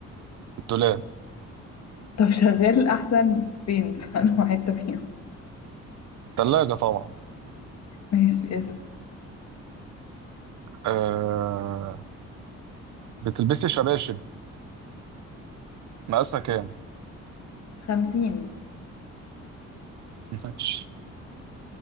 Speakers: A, on the right; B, on the left.
A: في الدولاب
B: طب شغال أحسن فين؟ <laughs> في أنهي حتة فيهم؟
A: التلاجة طبعا
B: ماشي اسأل
A: آه... بتلبسي شباشب مقاسها كام؟
B: 50
A: <laughs> ماشي